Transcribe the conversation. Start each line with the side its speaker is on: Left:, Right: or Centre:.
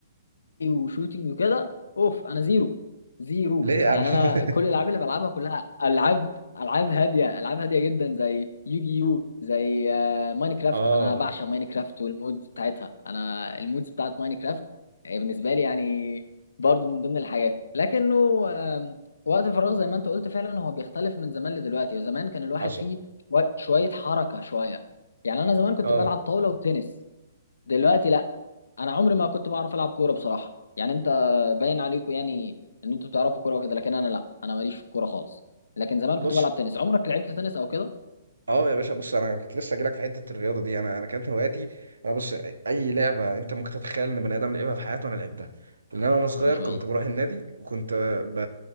Left: وشوتينج وكده اوف انا زيرو زيرو
Right: ليه يا عم
Left: يعني
Right: <laughs>
Left: انا كل الالعاب اللي بلعبها كلها العاب العاب هاديه العاب هاديه جدا زي يوجي يو زي آه، ماينكرافت
Right: اه
Left: انا بعشق ماينكرافت والمودز بتاعتها انا المودز بتاعت ماينكرافت آه، بالنسبه لي يعني برضو من ضمن الحاجات لكنه آم، وقت الفراغ زي ما انت قلت فعلا هو بيختلف من زمان لدلوقتي وزمان كان الواحد
Right: حصل
Left: فيه شوية شوية حركة شوية يعني انا زمان كنت
Right: اه
Left: بلعب طاولة وتنس دلوقتي لا انا عمري ما كنت بعرف العب كوره بصراحه يعني انت باين عليكم يعني ان انتوا بتعرفوا كوره وكده لكن انا لا انا ماليش في الكوره خالص لكن زمان
Right: بص
Left: كنت بلعب تنس عمرك لعبت تنس او كده
Right: اه يا باشا بص انا كنت لسه جايلك في حته الرياضه دي انا انا كانت هواياتي انا بص اي لعبه انت ممكن تتخيل ان بني ادم لعبها في حياته انا لعبتها لان انا وانا صغير
Left: ما شاء
Right: كنت
Left: الله
Right: بروح النادي وكنت ب...